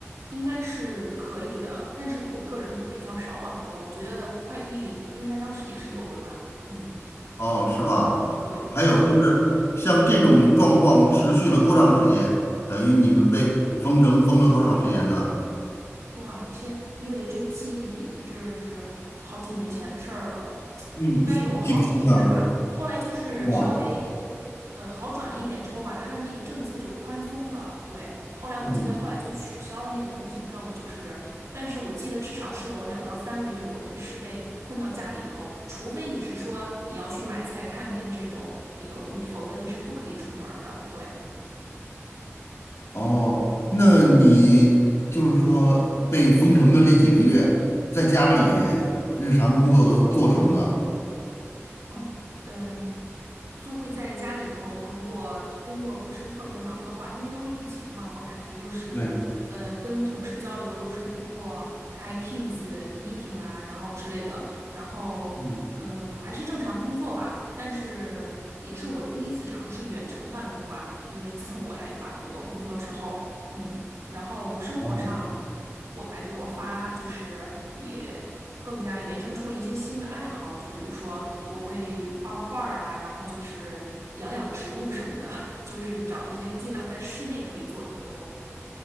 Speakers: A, on the right; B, on the left.
A: 应该是可以的，但是我个人比较少网购，我觉得快递应该当时也是有的吧。嗯，
B: 哦，是吧？
A: 对。
B: 还有就是像这种状况持续了多长时间？等于你们被封城封了多长时间呢？
A: 哇，你现在因为这记忆，这是好几年前的事儿了，
B: 嗯，
A: 应该有好几个月吧。
B: 记不清了，
A: 后来就是稍微
B: 是吧？
A: 呃好转了一点之后吧，他的那个政策就宽松了。对，后来我记得后来就取消了那个通行证了，
B: 嗯，
A: 就是，但是我记得至少是有两到三个月，我们是被困到家里头，除非你是说你要去买菜、看病这种理由，你否则你是不可以出门儿的。对，
B: 哦，那你就是说被封城的这几个月，在家里日常工作都做什么呢？
A: 嗯。嗯，就会在家里头，如果工作不是特别忙的话，因为都是疫情嘛，我感觉就是，
B: 对，
A: 呃，跟同事交流都是通过开 Teams meeting 啊，然后之类的，然后，
B: 嗯，
A: 嗯，还是正常工作吧。但是也是我第一次尝试远程办公吧，因为自从我来法国工作之后，嗯，然后生活上。
B: 哦。
A: 我感觉我发就是也更加延伸出了一些新的爱好，就比如说我会画画画儿啊，然后就是养养植物什么的，<laughs> 就是找一些尽量在室内可以做的活动。